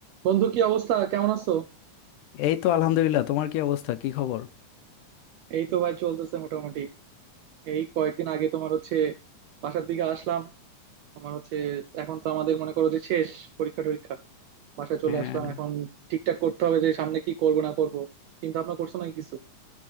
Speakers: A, on the right (about 80°); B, on the left (about 80°).
A: বন্ধু কি অবস্থা কেমন আছো
B: এই তো আলহামদুলিল্লাহ তোমার কি অবস্থা কি খবর
A: এই তো ভাই চলতেছে মোটামুটি এই কয়েকদিন আগে তোমার হচ্ছে বাসার দিকে আসলাম আমার হচ্ছে এখন তো আমাদের মনে করো যে শেষ পরীক্ষা টরীক্ষা বাসায় চলে
B: হ্যাঁ
A: আসলাম এখন ঠিকঠাক করতে হবে যে সামনে কি করব না করব চিন্তা ভাবনা করছো নাকি কিছু